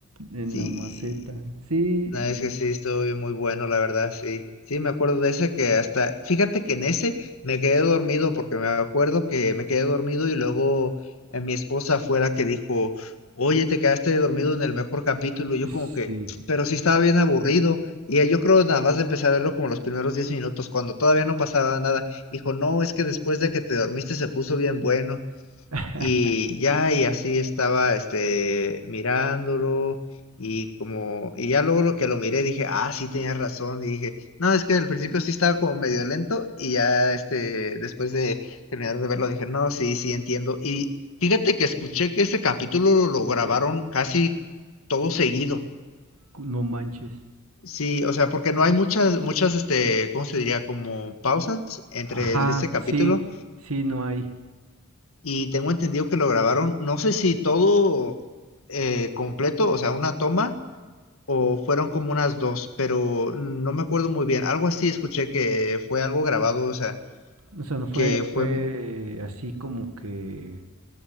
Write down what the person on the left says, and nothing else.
sí.
No, es que sí, estuvo bien muy bueno, la verdad, sí. Sí, me acuerdo de ese que hasta, fíjate que en ese me quedé dormido porque me acuerdo que me quedé dormido y luego eh, mi esposa fue la que dijo, oye, te quedaste dormido en el mejor capítulo. Y yo
como que, pero sí estaba bien aburrido. Y eh, yo creo nada más empecé a verlo como los primeros 10 minutos, cuando todavía no pasaba nada. Dijo, no, es que después de que te dormiste se puso bien bueno.
Y ya, y así estaba, este, mirándolo, y como, y ya luego lo que lo miré dije, ah, sí tenía razón, y dije, no, es que al principio sí estaba como medio lento, y ya, este, después de terminar de verlo dije, no, sí, sí entiendo. Y fíjate que escuché que ese capítulo lo, lo
grabaron casi todo seguido.
Sí, o sea, porque no hay muchas, muchas, este, ¿cómo se diría? Como pausas entre
este capítulo.
y tengo entendido que lo grabaron, no sé si todo eh, completo, o sea, una toma, o fueron como unas dos, pero no me acuerdo muy bien. Algo así escuché que fue algo grabado, o sea,
que fue...
m-